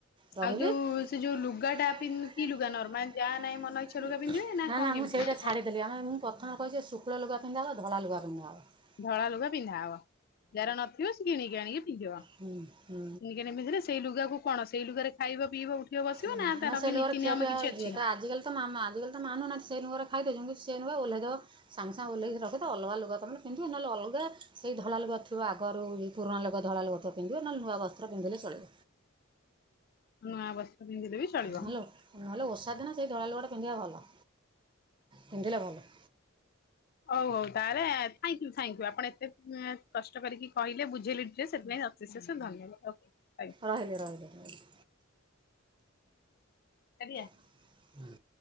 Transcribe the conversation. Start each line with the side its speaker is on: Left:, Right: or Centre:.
Right: ରହିଲି
Left: ଆଉ ଯୋଉ
Right: ନା
Left: ସେ ଯୋଉ ଲୁଗାଟା ପିନ୍ କି ଲୁଗା ନର୍ମାଲ ଯାହା ନାହିଁ ମନ ଇଚ୍ଛା ଲୁଗା ପିନ୍ଧିବେ କଣ
Right: ନା
Left: କେମିତି?
Right: ମୁଁ ସେଇଟା ଛାଡ଼ିଦେଲେ ଆମେ ମୁଁ ପ୍ରଥମ କହିଛେ ଶୁକ୍ଳ ଲୁଗା ପିନ୍ଧା ହବ ଧଳା ଲୁଗା ପିନ୍ଧା ହବ।
Left: ଧଳା ଲୁଗା ପିନ୍ଧା ହବ ଯାର ନଥିବ ସେ କିଣିକି ଆଣିକି ପିନ୍ଧିବ।
Right: ହୁଁ, ହୁଁ,
Left: ସେଇ ଲୁଗାକୁ କଣ ସେଇ ଲୁଗାରେ ଖାଇବ ପିଇବା ଉଠିବ ବସିବ
Right: ହୁଁ।
Left: ନା ତାର
Right: ସେ
Left: କି
Right: ଲୁଗାରେ
Left: ନୀତି
Right: ଖିଆପିଆ
Left: ନିୟମ କିଛି ଅଛି?
Right: ଯିଏ ତ ଆଜିକାଲି ତ ମା- ଆଜିକାଲି ତ ମାନୁନାହାନ୍ତି ସେ ନୁଗାରେ ଖାଇଦଉଛନ୍ତି ସେ ନୁଗା ଓହ୍ଲେଇ ଦବ ସାଙ୍ଗସାଙ୍ଗେ ଓହ୍ଲେଇକି ରଖିଦବ ଅଲଗା ଲୁଗା ତମେ କିନ୍ତୁ ନହେଲେ ଅଲଗା ସେ ଧଳାଲୁଗା ଥିବ ଆଗରୁ ପୁରୁଣା ଲୋକ ଧଳାଲୁଗା ଥିବ ପିନ୍ଧିବ ନହେଲେ ନୂଆ ବସ୍ତ୍ର ପିନ୍ଧିଲେ ଚଳିବ।
Left: ନୂଆ ବସ୍ତ୍ର ପିନ୍ଧିଲେ ବି ଚଳିବ।
Right: ହେଲା ହାଲୋ ଓଷା ଦିନ ସେଇ ଧଳା ଲୁଗାଟା ପିନ୍ଧିବା ଭଲ। ପିନ୍ଧିଲେ ଭଲ।
Left: ହଉ ହଉ ତାଲେ ଥ୍ୟାଙ୍କୟୁ ଥ୍ୟାଙ୍କୟୁ ଆପଣ ଏତେ କଷ୍ଟ କରିକି କହିଲେ ବୁଝେଇଲେ ଆଉ ସେଥିପାଇଁ ବିଶେଷ ଧନ୍ୟବାଦ। ଥ୍ୟାଙ୍କୟୁ
Right: ରହିଲି <inaudible>
Left: ଆଜ୍ଞା।
Right: ହୁଁ